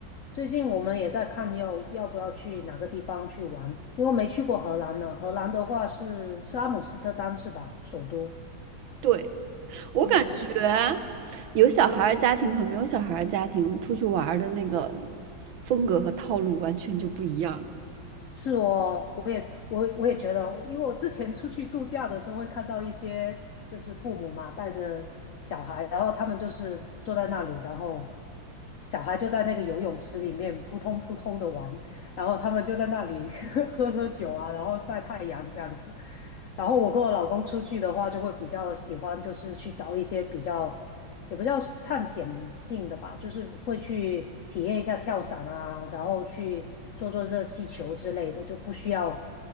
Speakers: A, on the left; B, on the right.
A: 最近我们也在看要要不要去哪个地方去玩，因为没去过荷兰呢。荷兰的话是是阿姆斯特丹是吧？首都。
B: 对，我感觉
A: 嗯，
B: 有小孩儿家庭和没有小孩儿家庭出去玩儿的那个风格和套路完全就不一样，
A: 是哦，我也我我也觉得，因为我之前出去度假的时候会看到一些就是父母嘛带着小孩，然后他们就是坐在那里，然后小孩就在那个游泳池里面扑通扑通的玩，然后他们就在那里 <laughs> 喝喝酒啊，然后晒太阳这样子。然后我跟我老公出去的话，就会比较喜欢就是去找一些比较也不叫探险性的吧，就是会去体验一下跳伞啊，然后去做做热气球之类的，就不需要